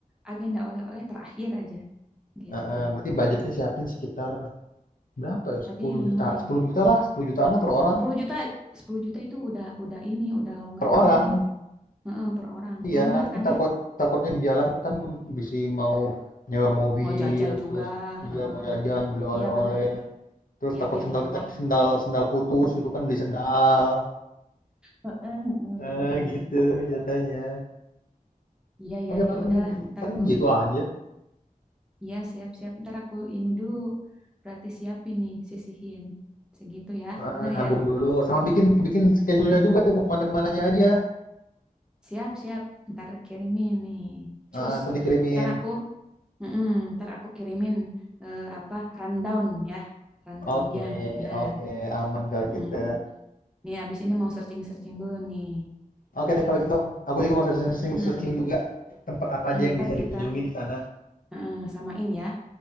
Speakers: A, in the centre; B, on the left.
A: agenda oleh-oleh terakhir aja gitu.
B: Eh, eh, berarti budgetnya siapin sekitar Berapa ya?
A: Tadi
B: 10
A: lima
B: juta,
A: ya.
B: 10 juta lah, 10 jutaan lah per orang,
A: sepuluh juta sepuluh juta itu udah udah ini udah longgar
B: per orang.
A: banget. Heeh, per orang.
B: Iya,
A: Longgar
B: kan
A: kan
B: takut
A: ya?
B: takutnya di jalan kan bisa mau nyewa mobil,
A: mau jajan
B: terus
A: juga.
B: dia
A: Heeh.
B: mau jajan, beli oleh-oleh,
A: Iya bener.
B: terus
A: Ya
B: takut
A: biar
B: sendal
A: longgar
B: kita
A: lah.
B: sendal sendal putus itu kan beli sendal.
A: Heeh, heeh,
B: Eh,
A: bener-bener.
B: gitu jatuhnya.
A: Iya
B: Oke,
A: ya
B: paling
A: ya udahlah. Ntar
B: paling
A: aku
B: gitu aja.
A: iya siap-siap. Ntar aku ini dulu. Berarti siapin nih sisihin segitu ya.
B: Eh,
A: Bener
B: nabung
A: ya.
B: dulu sama bikin bikin schedule-nya juga tuh mau kemana-kemananya aja.
A: Siap-siap. Ntar kirimin nih. Cus.
B: Eh, ntar dikirimin.
A: Ntar aku heeh, ntar aku kirimin eh, apa rundown ya. Rundownnya
B: Oke,
A: bener.
B: oke, aman kalau
A: Heeh.
B: gitu.
A: Nih abis ini mau searching-searching dulu nih.
B: Oke
A: Kalau
B: deh kalau
A: gitu.
B: gitu. Aku juga mau searching-searching
A: Heeh.
B: juga tempat apa
A: Hmm,
B: aja yang
A: ntar
B: bisa dikunjungi
A: kita
B: di sana.
A: Heeh, samain ya,